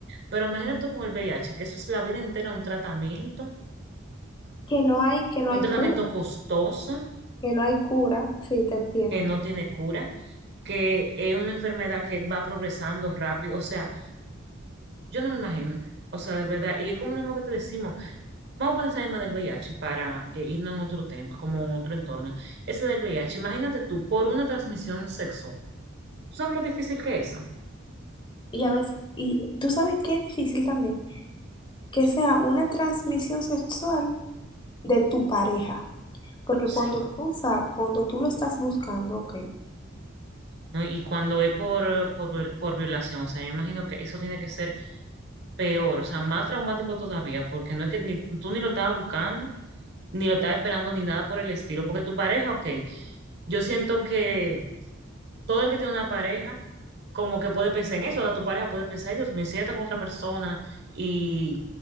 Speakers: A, on the right (about 60°); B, on the left (about 25°).
A: Pero imagínate tú con el VIH, que eso es la vida entera un tratamiento,
B: Que no hay, que no hay
A: un tratamiento
B: cura,
A: costoso,
B: que no hay cura, sí, te entiendo.
A: que no tiene cura, que es una enfermedad que va progresando rápido. O sea, yo no me imagino. O sea, de verdad, y es como lo mismo que te decimos, vamos a poner en más del VIH para eh, irnos en otro tema, como en otro entorno. Ese del VIH, imagínate tú, por una transmisión sexual. ¿Tú sabes lo difícil que es eso?
B: Y a veces, y tú sabes qué es difícil también, que sea una transmisión sexual de tu pareja, porque cuando
A: Sí.
B: tú sabes, cuando tú lo estás buscando, ok.
A: ¿no? Y cuando es por, por, por violación, o sea, yo imagino que eso tiene que ser peor, o sea, más traumático todavía, porque no es que ni, tú ni lo estabas buscando, ni lo estabas esperando, ni nada por el estilo, porque tu pareja, ok, yo siento que todo el que tiene una pareja, como que puede pensar en eso, o sea, tu pareja puede pensar, "Ay, Dios, me sienta con otra persona y,